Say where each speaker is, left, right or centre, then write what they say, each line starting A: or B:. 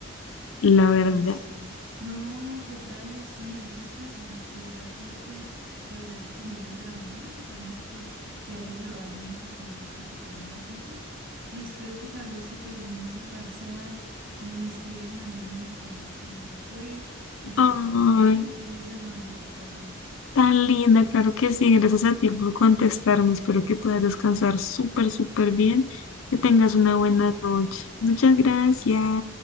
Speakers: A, on the left (about 70°); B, on the right (about 70°).
A: La verdad.
B: eso. No, pues dale, sí, antes pues mm, de verdad que te, te agradezco que me hayas llamado y pues obviamente que te haya ayudado al menos así a practicar un ratito y espero que te vaya súper bien en ese parcial. Me escribes mañana y me cuentas cómo te fue y pues
A: Ay,
B: cuando quieras me sigues llamando y yo te ayudo.
A: tan linda, claro que sí. Gracias a ti por contestarme. Espero que puedas descansar súper, súper bien. Que tengas una buena
B: Ay,
A: noche.
B: igual.
A: Muchas gracias.